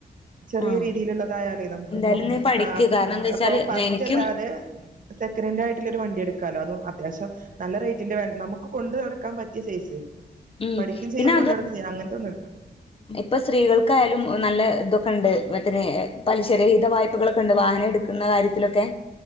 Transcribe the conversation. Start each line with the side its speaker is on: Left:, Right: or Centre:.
Right: ചെറിയ
Left: ആ
Right: രീതിയില്ള്ളതായാലേ നമുക്ക്പ്പോ
Left: എന്തായാലും നീ പഠിക്ക്
Right: ആഹ്
Left: കാരണം
Right: ഏഹ് ഏഹ്
Left: എന്താ വെച്ചാല്
Right: ഇപ്പൊ ഫസ്റ്റെല്ലാ
Left: എനിക്കും
Right: തെ സെക്കനെന്റായിട്ട്ല്ലെ ഒരു വണ്ടി എട്ക്കാലോ അതും അത്യാവശ്യം നല്ല റേറ്റിന്റെ നല്ല വേ നമുക്ക് കൊണ്ട് നടക്കാൻ പറ്റിയ സൈസ്
Left: ഉം
Right: പഠിക്ക്യും ചെയ്യാ
Left: പിന്നെ
Right: കൊണ്ടട്ക്കും ചെയ്യാ അങ്ങത്തെ ഒന്ന് ഇട്ക്കാ
Left: പ്പ സ്ത്രീകൾക്കായാലും നല്ല തൊക്കെ ണ്ട് പലിശരഹിത വായ്പകളൊക്കെ ണ്ട് വാഹനം എടുക്ക ക്കുന്ന കാര്യത്തിലൊക്കെ